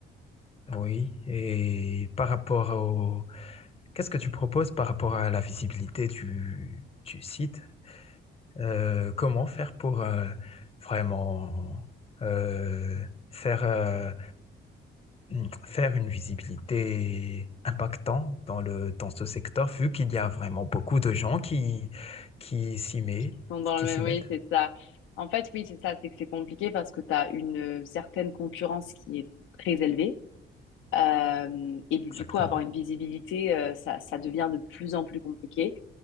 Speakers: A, on the left (about 30°); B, on the left (about 80°).
A: Ah Oui, et par rapport au... Qu'est-ce que tu proposes par rapport à la visibilité du, du site? Euh, comment faire pour euh, vraiment euh, faire... euh, mm, faire une visibilité impactante dans le, dans ce secteur, vu qu'il y a vraiment beaucoup de gens qui, qui s'y mettent,
B: Qui sont dans
A: qui
B: le même,
A: s'y mettent.
B: oui, c'est ça. En fait, oui, c'est ça, c'est que c'est compliqué parce que tu as une euh, certaine concurrence qui est très élevée. Euh, et
A: Exactement.
B: du du coup, avoir une visibilité, euh, ça, ça devient de plus en plus compliqué.